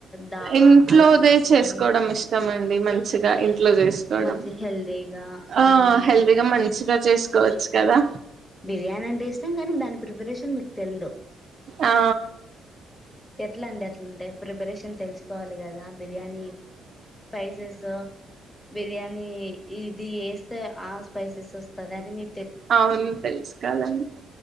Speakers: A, on the left; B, on the right.
A: దాబా
B: ఇంట్లోదే
A: అలా ఉంటది
B: చేసుకోవడం
A: కదా
B: ఇష్టం మంచిగా ఇంట్లో చేసుకోవడం
A: మంచి హెల్దీగా
B: ఆ హెల్దీగా
A: ఓకే
B: మంచిగా చేసుకోవచ్చు కదా
A: బిర్యానీ అంటే ఇష్టం కానీ దాని ప్రిపరేషన్ మీకు తెలిదు
B: ఆ
A: ఎట్లా అండి అట్లాంటే ప్రిపరేషన్ తెలుసుకోవాలి కదా బిర్యానీ స్పైసెస్ బిర్యానీ ఇది వేస్తే ఆ స్పైసెస్ వస్తంది అని మీ
B: అవును తెలుసుకోవాలండి